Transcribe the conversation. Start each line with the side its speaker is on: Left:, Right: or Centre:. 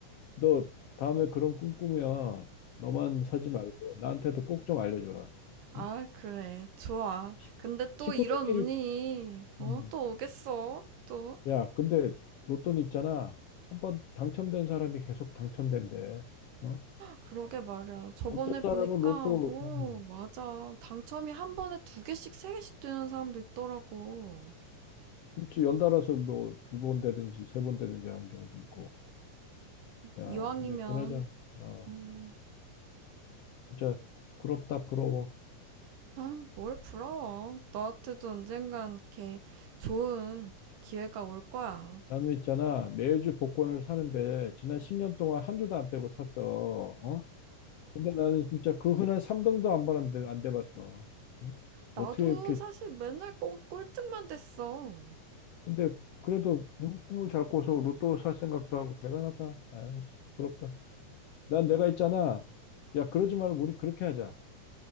Left: 너 다음에 그런 꿈 꾸면 너만 사지 말고 나한테도 꼭 좀 알려줘라.
Right: 아,
Left: 응?
Right: 그래. 좋아.
Left: 식-
Right: 근데 또
Left: 식구들끼리
Right: 이런 운이, 어,
Left: 음.
Right: 또 오겠어. 또.
Left: 야, 근데 로또는 있잖아. 한번 당첨된 사람이 계속 당첨된대. 어?
Right: 그러게 말이야. 저번에
Left: 어떤
Right: 보니까
Left: 사람은 로또
Right: 뭐
Left: 어,
Right: 맞아. 당첨이 한 번에 두 개씩 세 개씩 되는 사람도 있더라고.
Left: 그렇지 연달아서 뭐 두 번 되든지 세 번 되든지 하는 경우도 있고. 야,
Right: 이왕이면
Left: 근데 그나저나 아,
Right: 음,
Left: 진짜 부럽다 부러워.
Right: 아, 뭘 부러워. 너한테도 언젠간 이렇게 좋은 기회가 올 거야.
Left: 나는 있잖아, 매주 복권을 사는데, 지난 10년 동안 한 주도 안 빼고 샀어. 어? 근데 나는 진짜 그 흔한 3등도 안 받았는데, 안 돼봤어. 응?
Right: 나도
Left: 어떻게 이렇게,
Right: 사실 맨날 꼭 꼴등만 됐어.
Left: 근데 그래도 응? 꿈을 잘 꿔서 로또 살 생각도 하고, 대단하다. 아이씨, 부럽다. 난 내가 있잖아. 야, 그러지 말고 우리 그렇게 하자.